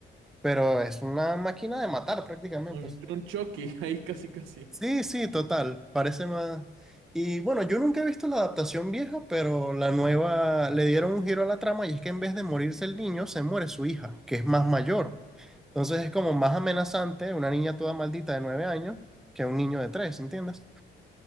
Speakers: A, in the centre; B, on the right.
A: pero es una máquina de matar prácticamente.
B: Un, un Chucky, <laughs> ahí casi casi.
A: Sí, sí, total, parece más... Y bueno, yo nunca he visto la adaptación vieja, pero la nueva le dieron un giro a la trama y es que en vez de morirse el niño, se muere su hija, que es más mayor. Entonces es como más amenazante una niña toda maldita de nueve años que un niño de tres, ¿entiendes?